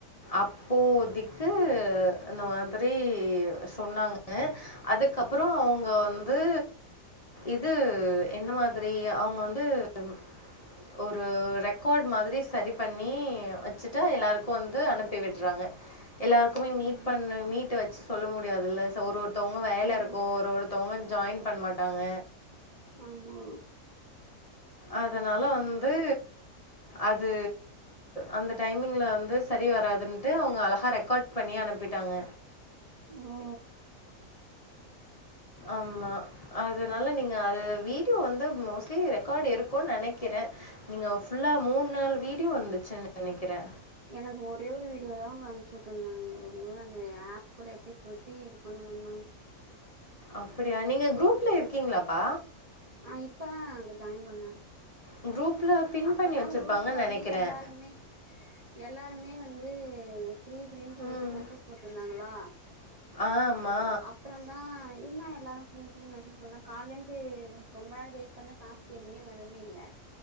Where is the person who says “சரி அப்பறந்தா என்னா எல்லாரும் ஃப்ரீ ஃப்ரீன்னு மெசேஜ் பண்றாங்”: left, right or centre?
Right